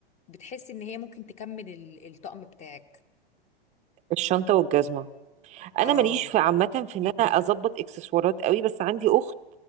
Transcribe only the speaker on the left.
بتحسي ان هي ممكن تكمل ال- الطقم بتاعك
اه